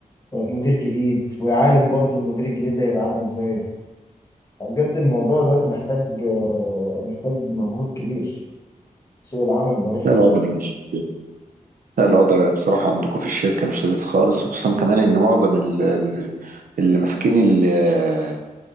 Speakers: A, on the left; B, on the right.
A: مدير جديد وعالم برضو المدير الجديد ده هيبقى عامل ازاي بجد الموضوع دلوقتي محتاج محتاج مجهود كبير سوق العمل بقى رخم
B: لا الوضع مش لا الوضع بصراحة عندكم في الشركة مش لذيذ خالص وخصوصا كمان إن معظم ال- ال- اللي ماسكين ال-